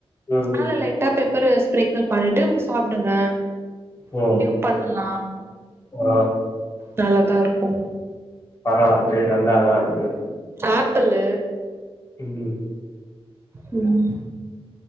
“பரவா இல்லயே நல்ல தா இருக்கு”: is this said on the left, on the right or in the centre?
Left